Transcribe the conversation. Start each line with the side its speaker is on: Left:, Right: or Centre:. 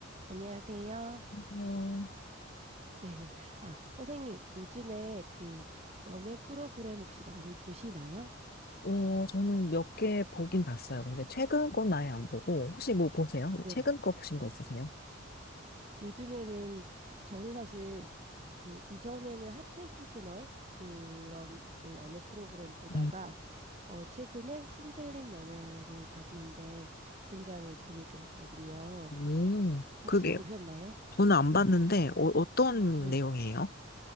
Right: 안녕하세요.
Left: 그냥,
Right: <laughs> 네. 아, 선생님, 요즘에 그 연애 프로그램 혹시 많이 보시나요?
Left: 어, 저는 몇 개 보긴 봤어요. 근데 최근 건 아예 안 보고, 혹시 뭐 보세요?
Right: 네.
Left: 최근 거 보신 거 있으세요?
Right: 요즘에는 저는 사실 그 이전에는 하트 시그널 그런 예, 연애 프로그램 보다가
Left: 음,
Right: 어, 최근에 신들린 연애를 봤는데 굉장히 재밌게 봤거든요.
Left: 음,
Right: 혹시
Left: 그게
Right: 보셨나요?
Left: 저는 안
Right: 네.
Left: 봤는데 어, 어떤
Right: 네.
Left: 내용이에요?